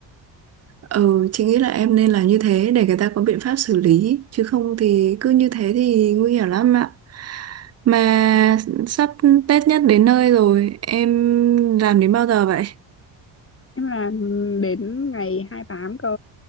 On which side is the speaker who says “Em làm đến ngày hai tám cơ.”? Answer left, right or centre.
Left